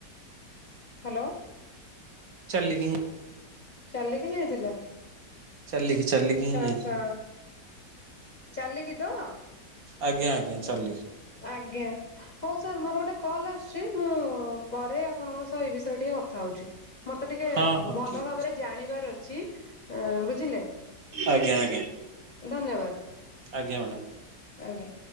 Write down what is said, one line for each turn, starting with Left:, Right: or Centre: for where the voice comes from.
Left: ହାଲୋ
Right: ଚାଲିକି ହିଁ।
Left: ଚାଲିକି ଯାଇଥିଲା?
Right: ଚାଲିକି। ଚାଲିକି
Left: ଆଚ୍ଛା
Right: ହିଁ
Left: ଆଚ୍ଛା
Right: ଯାଇଥିଲି
Left: ଚାଲିକି ତ?
Right: ଆଜ୍ଞା ଆଜ୍ଞା ଚାଲିକି।
Left: ଆଜ୍ଞା। ହଁ ସାର୍ ମୋର ଗୋଟେ କଲ୍ ଆସୁଛି ମୁଁ ପରେ ଆପଣଙ୍କ ସହ ଏ ବିଷୟ ରେ ଟିକେ କଥା ହୋଉଛି। ମତେ ଟିକେ
Right: ହଁ ହଁ
Left: ଭଲ
Right: ଠିକ
Left: ଭାବରେ ଜାଣିବାର ଅଛି ଅଁ ବୁଝିଲେ?
Right: ଆଜ୍ଞା ଆଜ୍ଞା।
Left: ଧନ୍ୟବାଦ
Right: ଆଜ୍ଞା ମ୍ୟାଡ଼ାମ।
Left: ଆଜ୍ଞା।